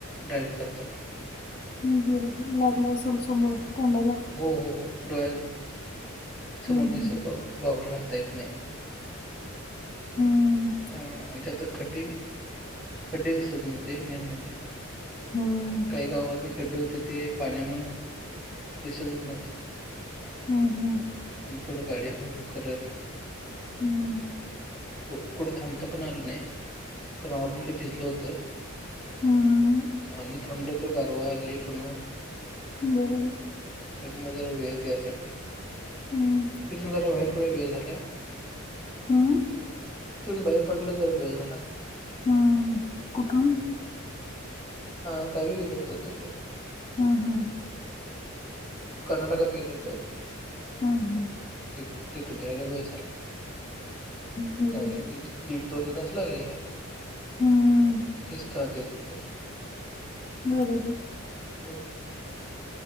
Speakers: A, in the centre; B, on the left.
A: ड्रायविंग करत ना.
B: ह् बरोबर लागला असेल समोर तोंड्याला.
A: हो हो हो डोळ्या समोर
B: हं,
A: दिसत
B: हं,
A: गागल घालता येत नाही.
B: हम्म.
A: त्या त्यात खड्डे. खड्डे दिसत नव्हते मेन म्हणजे..
B: हं,
A: काही गावातले खड्डे होते ते पाण्यामु दिसतच नव्हते.
B: हम्म हम्.
A: आ थोडं गाडी हळूहळू करत.
B: हम्.
A: कोकड थमतपणालने कनॉडलेडी बिझिल होत.
B: हं.
A: आणि थांबलं तर गारवा लेट होणार.
B: हो.
A: त्यामुळे जरा वळेत यासाठी..
B: हम्म.
A: तिथून जरा बाहेर पडय वेळ झाला.
B: हं,
A: तून बाहेर पडलं जरा बे झाला.
B: हम्म कुठुून
A: हा कवी गे ल होत तिंडी
B: हा हां.
A: कर्नाटकात गेल होत
B: हं, हं.
A: तिथून यायला वेसला
B: बरोबर.
A: त्यामुळे एक दीड दीड दोन तास लागले याला
B: हं,
A: तसतात येत होत.
B: बरोबर.
A: ह.